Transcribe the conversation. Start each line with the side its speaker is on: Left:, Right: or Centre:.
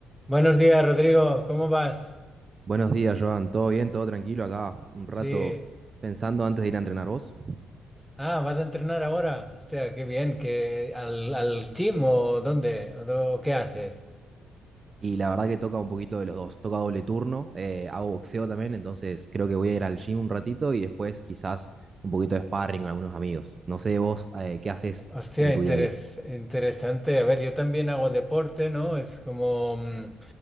Centre: Buenos días, Rodrigo. ¿Cómo vas?
Right: Buenos días, Joan. ¿Todo bien? ¿Todo tranquilo? Acá un rato
Centre: Sí.
Right: pensando antes de ir a entrenar vos.
Centre: Ah, ¿vas a entrenar ahora? Hostia, qué bien. Que al, al gym o dónde? ¿O do- qué haces?
Right: Y la verdad que toca un poquito de los dos. Toca doble turno, eh, hago boxeo también, entonces creo que voy a ir al gym un ratito y después quizás un poquito de sparring con algunos amigos. No sé vos eh, qué haces
Centre: Hostia,
Right: en tu
Centre: interes-
Right: día a día.
Centre: interesante. A ver, yo también hago deporte, ¿no? Es como... mm,